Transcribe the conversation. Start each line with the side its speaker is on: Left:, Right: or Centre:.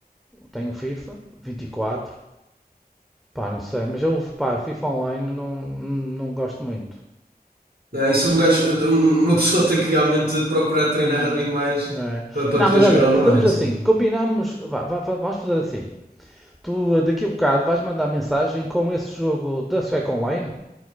Centre: tenho o FIFA, 24. Pá, não sei, mas eu, pá, FIFA Online não, não gosto muito.
Right: Não é? Isso um gajo, um- uma pessoa tem que realmente procurar treinar
Centre: Não,
Right: ali mais
Centre: é.
Right: para, para
Centre: Não,
Right: poder
Centre: mas
Right: jogar
Centre: olha,
Right: online.
Centre: fazemos assim,
Right: Sim.
Centre: combinamos, vá, vá, vá, vamos fazer assim. Tu eh, daqui a bocado vais mandar mensagem com esse jogo da Sueca Online